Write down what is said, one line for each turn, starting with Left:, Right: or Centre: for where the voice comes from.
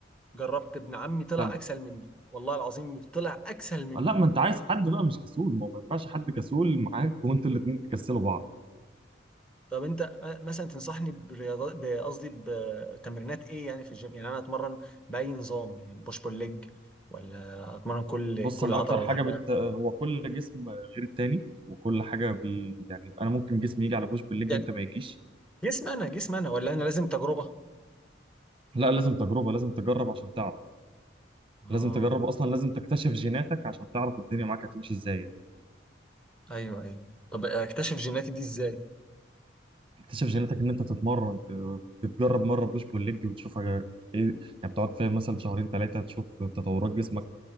Centre: جربت ابن عمي طلع
Right: طب
Centre: اكسل مني والله العظيم طلع اكسل مني
Right: لا ما انت عايز حد بقى مش كسول ما هو ما ينفعش حد كسول معاك وانتوا الاتنين تكسلوا بعض
Centre: طب انت مثلا تنصحني برياضات ب- قصدي بتمرينات ايه يعني في الجيم يعني انا اتمرن باي نظام يعني بوش بول ليج ولا اتمرن كل
Right: بص
Centre: كل
Right: انا
Centre: عضله
Right: اكتر حاجه
Centre: لوحدها
Right: بت... هو كل جسم غير التاني وكل حاجه بي... يعني انا ممكن جسمي يجي على بوش بالليج
Centre: يعني
Right: انت ما يجيش
Centre: جسم انا جسم انا ولا انا لازم تجربه
Right: لا لازم تجربه لازم تجرب عشان تعرف
Centre: اه
Right: لازم تجرب اصلا لازم تكتشف جيناتك عشان تعرف الدنيا معاك هتمشي ازاي
Centre: ايوه ايوه طب اكتشف جيناتي دي ازاي
Right: تكتشف جيناتك ان انت تتمرن ت- بتجرب مره بوش بول ليج وتشوف حاجة- ايه يعني بتقعد فيها مثلا شهرين ثلاثه تشوف تطورات جسمك